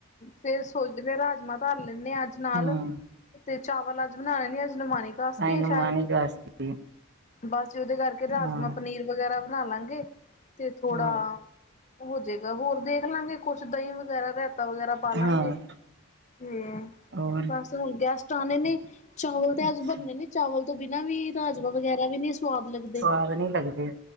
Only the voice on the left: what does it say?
ਫੇਰ ਸੋਚਦੇ ਆ ਰਾਜਮਾ ਧਰ ਲੈਨੇ ਆ ਅੱਜ ਨਾਲ।
ਤੇ ਚਾਵਲ ਅੱਜ ਬਣਾਣੇ ਨੀ ਅੱਜ ਨਮਾਨਿਕਸਤੀ
ਐ
ਸ਼ੈਦ।
ਬਸ ਜੀ ਓਹਦੇ ਕਰਕੇ ਰਾਜਮਾਂਹ,
ਪਨੀਰ ਵਗੈਰਾ ਬਣਾ ਲਾਂਗੇ ਤੇ ਥੋੜਾ
ਹੋ ਜਏਗਾ, ਹੋਰ ਦੇਖ ਲਾਂਗੇ ਕੁਛ ਦਹੀਂ ਵਗੈਰਾ ਰਾਇਤਾ ਵਗੈਰਾ ਪਾ ਲਾਂਗੇ।
ਹੂੰ,
ਬਸ ਹੁਣ ਗੈਸਟ ਆਣੇ ਨੇ। ਚਾਵਲ ਤੇ
ਅੱਜ ਬਣਨੇ ਨੀ ਚਾਵਲ ਤੋਂ ਬਿਨਾਂ ਵੀ ਰਾਜਮਾ ਵਗੈਰਾ ਵੀ ਨੀ ਸਵਾਦ ਲੱਗਦੇ।